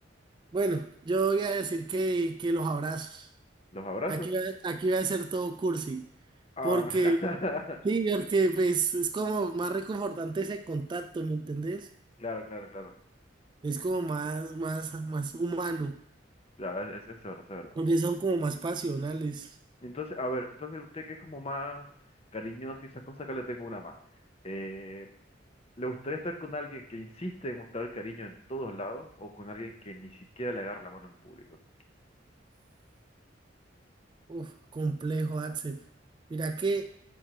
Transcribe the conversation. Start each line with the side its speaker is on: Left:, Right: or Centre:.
Right: Bueno, yo voy a decir que, que los abrazos.
Left: ¿Los abrazos?
Right: Aquí, va- aquí voy a hacer todo cursi.
Left: Ah,
Right: Porque, sí,
Left: <laughs>
Right: porque pues, es como más reconfortante ese contacto, ¿me entendés?
Left: claro, claro, claro.
Right: Es como más, más, más humano.
Left: Claro, es, es, es verdad, es verdad.
Right: Porque son como más pasionales.
Left: Entonces, a ver, entonces usted que es como más cariñoso y esas cosas, acá le tengo una más. Eh, ¿Le gustaría estar con alguien que insiste en mostrar cariño en todos lados o con alguien que ni siquiera le agarra la mano en público?
Right: Uf, complejo, Axel. Mira que